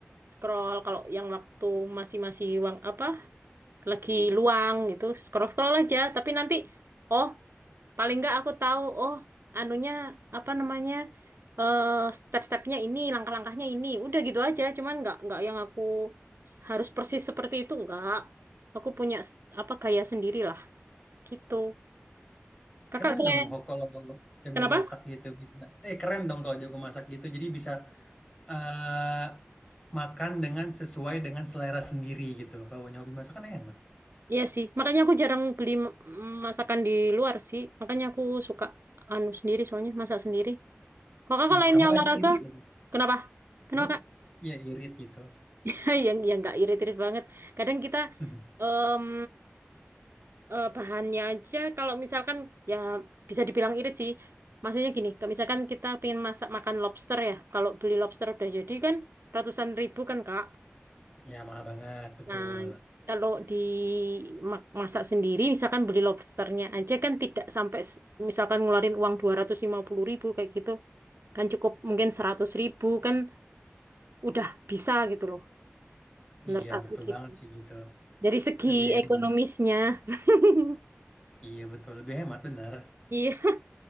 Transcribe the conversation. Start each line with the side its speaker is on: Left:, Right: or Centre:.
Right: scroll kalau yang waktu masih-masih uang apa lagi luang gitu scroll scroll aja tapi nanti oh paling nggak aku tahu oh anunya apa namanya eh step-stepnya ini langkah-langkahnya ini udah gitu aja cuman nggak nggak yang aku s- harus persis seperti itu nggak aku punya s- apa gaya sendiri lah gitu kakak
Left: Keren
Right: saya
Left: dong ho- kalau jago
Right: kenapa
Left: masak gitu bisa. Eh keren dong kalau jago masak gitu. Jadi bisa eh makan dengan sesuai dengan selera sendiri gitu. Kalau nyobi masak kan enak.
Right: Iya sih makanya aku jarang beli m- masakan di luar sih makanya aku suka anu sendiri soalnya masak sendiri kalau kakak
Left: Tuh
Right: lainnya
Left: tambah
Right: olahraga
Left: lagi irit lagi.
Right: kenapa kenapa
Left: Wah,
Right: Kak?
Left: Iya irit gitu.
Right: <laughs> yang yang nggak irit-irit banget. Kadang kita
Left: <laughs>
Right: em, eh, bahannya aja kalau misalkan ya bisa dibilang irit sih. Maksudnya gini, kalau misalkan kita pengen masak makan lobster ya, kalau beli lobster udah jadi kan ratusan ribu kan Kak.
Left: Ya mahal banget betul.
Right: Nah, kalau di ma- masak sendiri misalkan beli lobsternya aja kan tidak sampai s- misalkan ngeluarin uang 250 ribu kayak gitu kan cukup mungkin 100 ribu kan udah bisa gitu loh menurut
Left: Iya
Right: aku
Left: betul
Right: gitu.
Left: banget sih gitu.
Right: Dari segi
Left: Lebih hemat.
Right: ekonomisnya. <laughs>
Left: Iya betul lebih hemat bener.
Right: Iya.